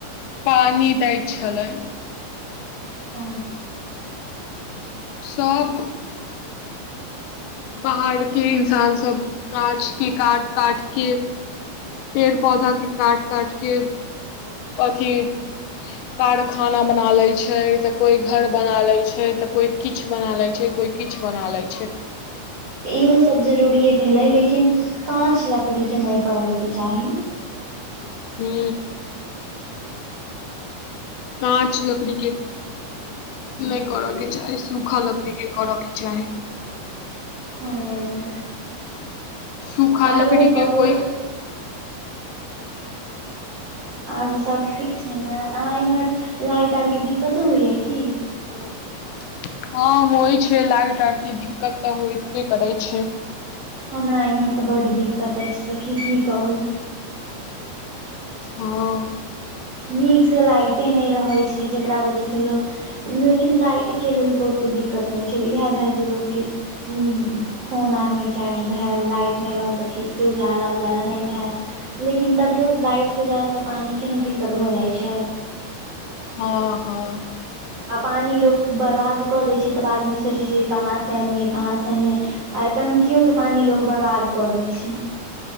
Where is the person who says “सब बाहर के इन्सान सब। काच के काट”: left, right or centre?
Left